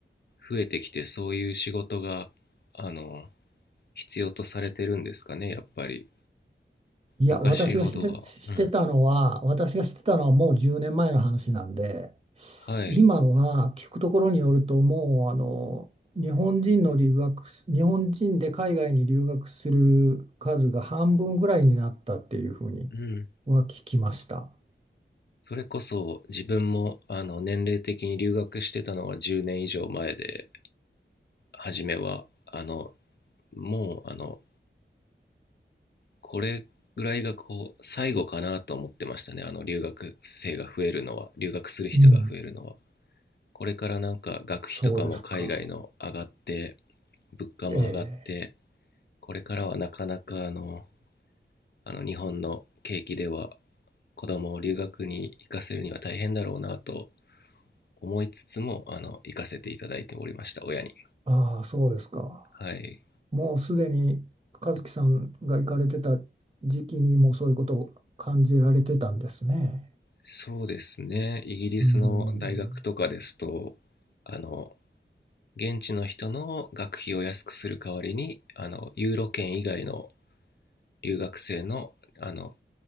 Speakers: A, on the left (about 55°); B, on the right (about 30°).
A: 増えてきてそういう仕事があの必要とされてるんですかね、やっぱり。
B: いや、
A: 昔ほどは。
B: 私がして、してたのは、
A: うん。
B: 私がしてたのはもう10年前の話なんで、
A: はい。
B: 今は聞くところによるともうあの日本人の留学す日本人で海外に留学する数が半分ぐらいになったっていうふうに
A: うん。
B: は聞きました。
A: それこそ自分もあの年齢的に留学してたのは10年以上前で、初めは、あの、もう、あの、これぐらいがこう、最後かなと思ってましたね。あの、留学生が増えるのは、留学する人が増えるのは。
B: うん、
A: これからなんか学費とかも海外の上がって、
B: そうですか。
A: 物価も上がって、
B: ええ、
A: これからはなかなかあの、あの日本の景気では子供を留学に行かせるには大変だろうなと思いつつも、あの、行かせていただいておりました、親に。
B: ああ、そうですか。
A: はい。
B: もうすでに和樹さんが行かれてた時期にもそういうことを感じられてたんですね。
A: そうですね。イギリスの大学とかですと、
B: うん。
A: あの、現地の人の学費を安くする代わりに、あの、ユーロ圏以外の留学生の、あの、